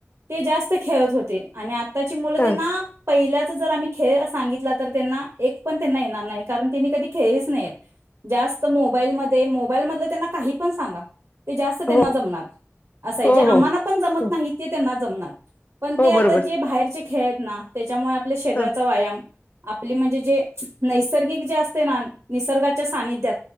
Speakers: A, on the right (about 55°); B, on the left (about 35°).
A: ते जास्त खेळत होते. ते आणि आ त्ताची मुलं
B: हां.
A: त्यांना पहिल्याच जर आम्ही खेळ सांगितला तर, त्यांना एक पण त्यांना येणार नाही. कारण त्यांनी कधी खेळीच नाही. जास्त त मोबाईल मध्ये मोबाईल मधलं त्यांना काही पण सांगा, ते जास्त त्यांना
B: हो,
A: जमणार, असं आहे.
B: हो,
A: जे आम्हाना
B: हो.
A: पण जमत
B: हो,
A: नाही ते त्यांना जमणार. पण
B: हो.
A: ते आता
B: बरोबर.
A: जे बाहेरचे खेळेतना त्याच्यामुळे आपल्या शरीराचा
B: हां.
A: व्यायाम आपले म्हणजे जे नैसर्गिक जे असते ना निसर्गाच्या सानिध्यात,